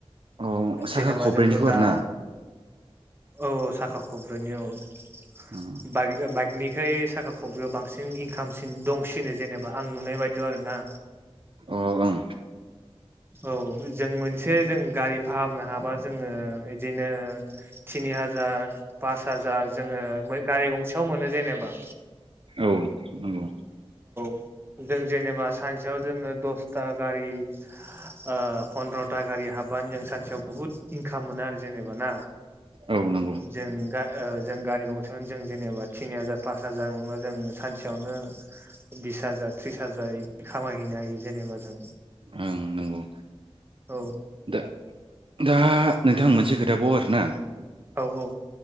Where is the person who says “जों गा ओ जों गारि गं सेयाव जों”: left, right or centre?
Right